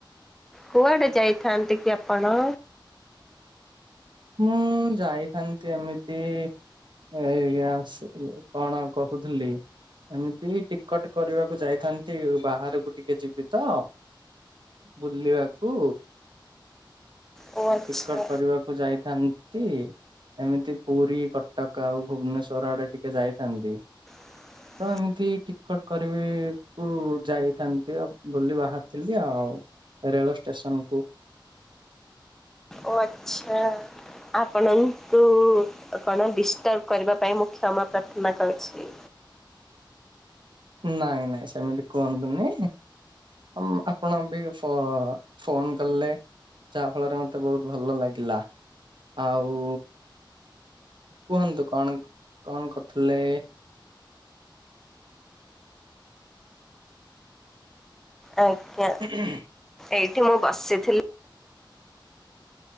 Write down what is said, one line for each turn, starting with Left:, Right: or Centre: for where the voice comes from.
Centre: କୁଆଡ଼େ ଯାଇଥାନ୍ତି କି ଆପଣ?
Right: ମୁଁ ଯାଇଥାନ୍ତି ଏମିତି ଏ ଏଇଗାଁ ଆସିକି କଣ କହୁଥୁଲି ଏମିତି ଟିକଟ କରିବାକୁ ଯାଇଥାନ୍ତି ବାହାରୁକୁ ଟିକେ ଯିବି ତ। ବୁଲିବାକୁ।
Centre: ଓ ଆଚ୍ଛା
Right: ଟିକଟ କରିବା କୁ ଯାଇଥାନ୍ତି। ଏମିତି ପୁରୀ, କଟକ ଆଉ ଭୁବନେଶ୍ୱର ଆଡ଼େ ଟିକେ ଯାଇଥାନ୍ତି।
Centre: <inaudible>
Right: ତ ଏମିତି ଟିକଟ କରିବିକୁ ଯାଇଥାନ୍ତି ଆଉ ବୋଲି ବାହାରିଥିଲି ଆଉ। ରେଳ ଷ୍ଟେସନକୁ।
Centre: ଓ ଆଚ୍ଛା। ଆପଣଙ୍କୁୁ କଣ ଡିଷ୍ଟର୍ବ କରିବା ପାଇଁ ମୁଁ କ୍ଷମା ପ୍ରାର୍ଥନା କରୁଛି।
Right: ନାଇଁ ନାଇଁ ସେମିତି କୁହନ୍ତୁନି। ଅମ୍ ଆପଣ ବି ଫୋ ଫୋନ୍ କଲେ। ଯାହା ଫଳରେ ମତେ ବହୁତ ଭଲ ଲାଗିଲା। ଆଉ କୁହନ୍ତୁ କଣ କଣ କରୁଥିଲେ?
Centre: ଆଜ୍ଞା।
Right: <inaudible>
Centre: ଏଇଠି ମୁଁ ବସିଥିଲ୍